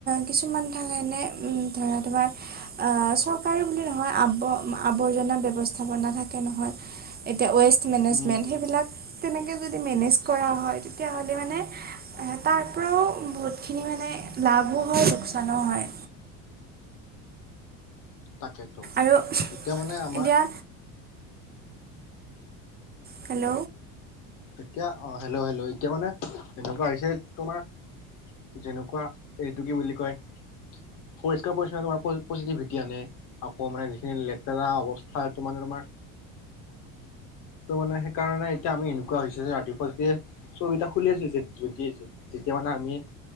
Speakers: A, on the right; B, on the left.
A: কিছুমান থাকেনে ধৰা তোমাৰ চৰকাৰী বুলি নহয় আ। আৱৰ্জনা ব্যৱস্থাপনা থাকে নহয়। এতিয়া ৱেষ্ট মেনেজমেণ্ট
B: উম উম
A: সেইবিলাক তেনেকৈ যদি মেনেজ কৰা হয় তেতিয়াহ'লে মানে। তাৰ পৰাও বহুতখিনি মানে লাভো হয় লোকচানো হয়।
B: তাকেতো
A: আৰু
B: এতিয়া মানে আমাৰ।
A: এতিয়া হেল্ল'।
B: এতিয়া অ হেল্ল' হেল্ল' এতিয়া মানে এনেকুৱা হৈছে তোমাৰ। যেনেকুৱা এইটো কি বুলি কয়। পৰিষ্কাৰ পৰিচ্ছন্নত পজিটিভিটি আনে আকৌ মানে যিখিনি লেতেৰা অৱস্থাটো মানে ত। মানে সেইকাৰণে এতিয়া আমি। এা হৈছে ৰাতিপুৱা যেতিয়া চকেইটা খুলি আছে যদি যেতিয়া মানে আমি।